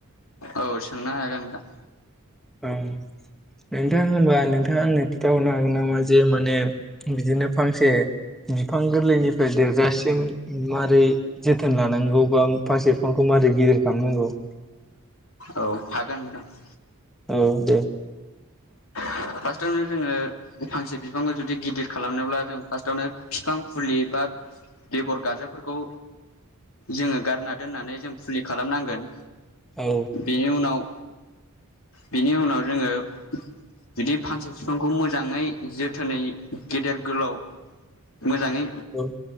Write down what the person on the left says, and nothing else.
औ सोंनो हागोन नोंथां
औ हागोन नोंथां
फार्स्टावनो जोङो फांसे बिफांखौ जुदि गिदिर खालामनोब्ला जों फार्स्टावनो बिफां फुलि बा बेगर गाजाफोरखौ जोङो गारना दोननानै जों फुलि खालामनांगोन
बेनि उनाव बिनि उनाव जोङो बिदि फांसे बिफांखौ मोजाङै जोथोनै गेदेर गोलाव मोजाङै